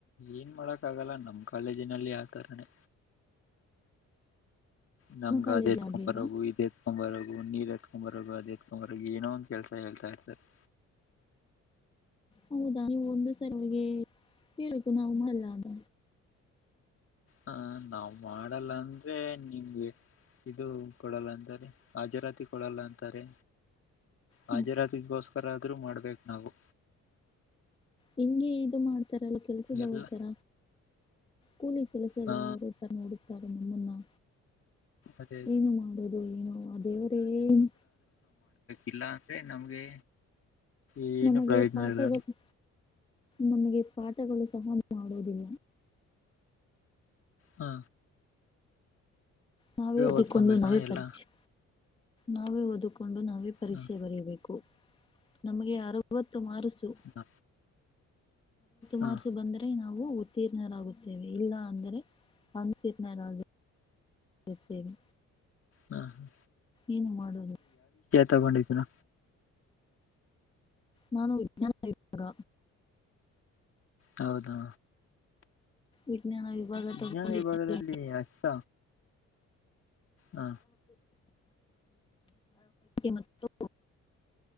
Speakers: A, on the left; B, on the left.
A: ಏನ್ ಮಾಡಕ್ಕ ಆಗಲ್ಲ ನಮ್ ಕಾಲೇಜಿನಲ್ಲಿ ಆತರನೇ ನಮ್ಗದೇತ್
B: ನಿಮ್ಮ ಕಾಲೇಜ್ ಆಗ್ಲಿಲ್ಲ
A: ಕುಂಬಾರಗುದೆ ಕತ್ಕೊಂಬರು ನೀರ್ ಎತ್ಕೊಂಬರದುು ಅದು ಎತ್ಕೊಂಬರ ಏನೋ ಒಂದ ಕೆಲಸ ಹೇಳ್ತಾ ಇರ್ತಾರೆ ಹ
B: ಹೌದಾ ನೀವು ಒಂದು ಸಲ ಅವಿಗೆ ಕು ನಾವು ಮಲ್ಲ ಅಂತ
A: ಹ ನಾವ್ ಮಾಡಲ್ಲ ಅಂದ್ರೆ ನಿಮ್ಗೆ ಇದು ಕೊಡಲ್ಲ ಅಂತಾರೆ ಹಾಜರಾತಿ ಕೊಡಲ್ಲ ಅಂತಾರೆ
B: ಹ್ಮ
A: ಹಾಜರಾತಿಗೋಸ್ಕರ ಆದ್ರೂ ಮಾಡ್ಬೇಕು ನಾವು
B: ಹಂಗೆ ಇದು ಮಾಡ ತರ ಎಲ್ಲ ಕೆಲಸದವ
A: ಎಲ್ಲ
B: ತರ ಕೂಲಿ ಕೆಲಸದವರು
A: ಹಾ
B: ತರ ನೋಡುತ್ತಾರೆ ಮುಲ್ಲಾ
A: ಅದೇ
B: ಏನು ಮಾಡೋುದು ಏನು ಆ ದೇವರೇ ಏನ್
A: ಇಲ್ಲ ಅಂದ್ರೆ ನಮ್ಗೆ ಏನು
B: ನಮಗೆ
A: ಪ್ರಯೋಜನ
B: ಪಾಠಗಳು
A: ಇಲ್ಲ
B: ನಮಗೆ ಪಾಠಗಳು ಸಹ ಮಾಡುವುದಿಲ್ಲ
A: ಹಾ
B: ನಾವೇ ಹುಟ್ಟಿಕೊಂಡು
A: ಓದ್ಕೊಬೇಕಾ
B: ನಾವೇ
A: ಎಲ್ಲ
B: ಪರೀಕ್ಷೆ ನಾವೇ ಓದುಕೊಂಡು ನಾವೇ ಪರೀಕ್ಷೆ
A: ಹ
B: ಬರೆಯಬೇಕು ನಮಗೆ ಯಾರೋ ಮ ಅತ್ತು
A: ಹ ಹ
B: ಮಾರಸು ಬಂದರೆೆ ನಾವು ಉತ್ತೀರ್ಣರಾಗುತ್ತೇವೆ ಇಲ್ಲ ಅಂದರೆ ಅಂತೀರ್ಣರಾಗಿ ಸ ಸೇರಿ
A: ಹಾ ಹಾ
B: ಏನು ಮಾಡದು
A: ತಗೊಂಡಿದ್ನ
B: ನಾನು ವಿಜ್ಞಾನರ
A: ಹೌದಾ
B: ವಿಜ್ಞಾನ ವಿಭಾಗ
A: ವಿಜ್ಞಾನ
B: ತಗೊಂಡಿದ್ದೇನೆ
A: ವಿಭಾಗದಲ್ಲಿ ಅಷ್ಟ ಹಾ
B: ಮತ್ತು